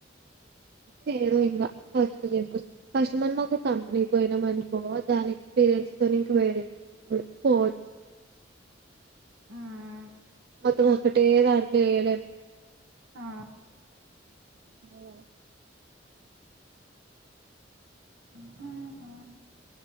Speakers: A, on the right; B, on the right.
A: నేరో ఇంగ ఫస్ట్ చేసుకొ ఫస్ట్ మనం ఒక కంపెనీకి పోయినాం అనుకో దాని ఎక్స్పీరియన్స్ తోన్ ఇంక వేరేద పోవచ్చు
B: హ్మ్.
A: మొత్తం ఒక్కటే దాంట్లో ఏళన్
B: ఆ
A: నీగల
B: హా హా